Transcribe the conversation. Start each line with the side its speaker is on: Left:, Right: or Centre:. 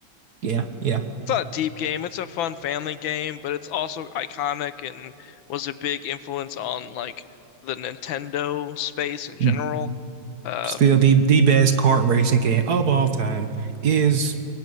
Right: Yeah, yeah.
Left: It's not a deep game. It's a fun family game, but it's also iconic and was a big influence on like the Nintendo space in general.
Right: Mm-hmm.
Left: Uh,
Right: Still, the the best kart racing game of all time is